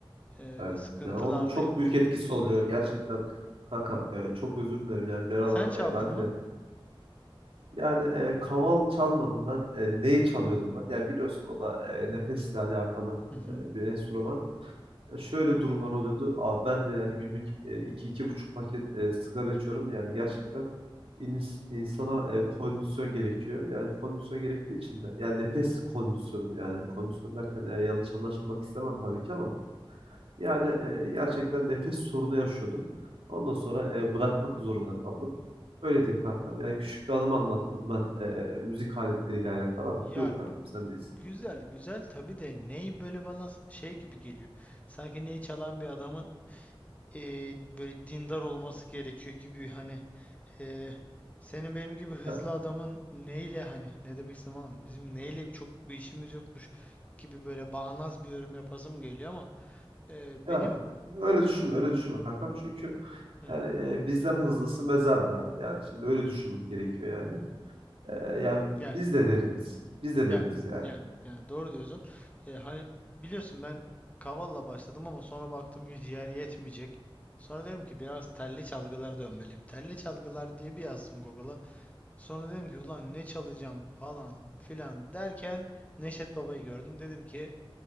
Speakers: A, on the left (about 15°); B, on the right (about 80°).
A: ee,
B: Evet.
A: sıkıntılardayım.
B: Yani onun çok büyük etkisi oluyor. Gerçekten kankam e, çok özür dilerim. Yani bir aralar
A: Sen çaldın
B: e, ben
A: mı?
B: de yani e, kaval çalmadım ben. E, neyi çalıyordum ben? Yani biliyorsun o da e, nefesle alakalı
A: Hı hı.
B: e, bir enstrüman. Ya şöyle durumlar oluyordu. Abi ben de yani günlük e, iki iki buçuk paket e, sigara içiyorum. Yani gerçekten ins- insana e, kondisyon gerekiyor. Yani kondisyon gerektiği için de yani nefes kondisyonu yani kondisyon derken e, yanlış anlaşılmak istemem tabii ki ama yani e, gerçekten nefes sorunu yaşıyordum. Ondan sonra e, bırakmak zorunda kaldım. Öyle diyeyim kankam. Yani küçük bir anımı anlattım ben e, müzik aletleriyle alakalı ama
A: Ya
B: buyur
A: gü-
B: kankam sendeyiz.
A: güzel güzel tabii de ney böyle bana s- şey gibi geliyor. Sanki ney çalan bir adamın eee, böyle dindar olması gerekiyor gibi hani eee, senin benim gibi hızlı
B: Ya,
A: adamın neyle hani ne demek istedim ama bizim neyle çok bir işimiz yokmuş gibi böyle bağnaz bir yorum yapasım geliyor ama eee, benim
B: ya öyle düşünme öyle düşünme kankam çünkü
A: Hı,
B: Yani e, bizden hızlısı mezarda. Yani şimdi öyle düşünmek gerekiyor yani. E, yani
A: yani
B: biz de deriniz. Biz de deriniz
A: Yani,
B: yani.
A: yani, yani doğru diyorsun. E, hani biliyorsun ben kavalla başladım ama sonra baktım ki ciğer yetmeyecek. Sonra dedim ki biraz telli çalgılar dönmeliyim. Telli çalgılar diye bir yazdım Google'a. Sonra dedim ki ulan ne çalacağım falan filan derken Neşet Baba'yı gördüm. Dedim ki